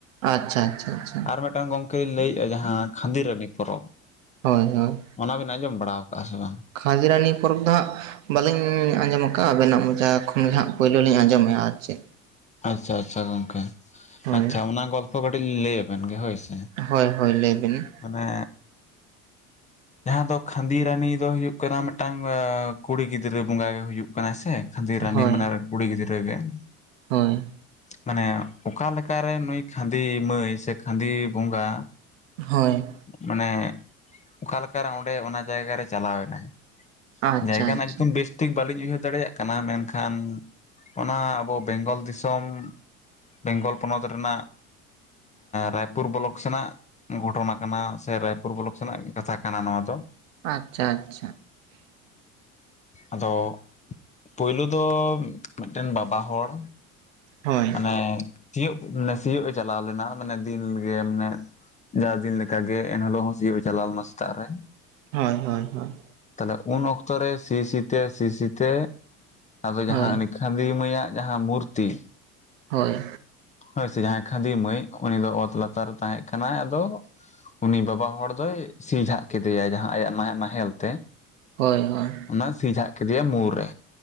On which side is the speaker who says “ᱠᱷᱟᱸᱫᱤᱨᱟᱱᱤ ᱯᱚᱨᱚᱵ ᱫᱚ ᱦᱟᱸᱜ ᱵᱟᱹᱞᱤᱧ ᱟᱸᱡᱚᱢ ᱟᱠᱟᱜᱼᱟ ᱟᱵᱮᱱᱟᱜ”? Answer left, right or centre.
Right